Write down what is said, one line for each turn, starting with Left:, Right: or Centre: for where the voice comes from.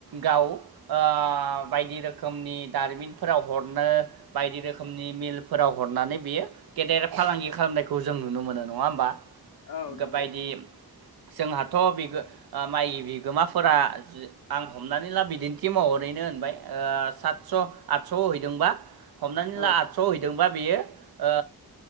Right: गाव ओ बायदि रोखोमनि दारिमिनफोराव हरनो बायदि रोखोमनि मिलफोराव हरनानै बियो गेदेर फालांगि खालामनायखौ जों नुनो मोनो नंङा होमबा
Left: औ नंगौ
Right: बायायदि जोंहाथ' बि माइ बिगोमाफोरा आं हमनानै ला बिदिन्थि माहरैनो होनबाय ओ सातस' आदस' हैदोंबा हमनानै
Left: औ
Right: ला आटस' हैदोंबा बेयो ओ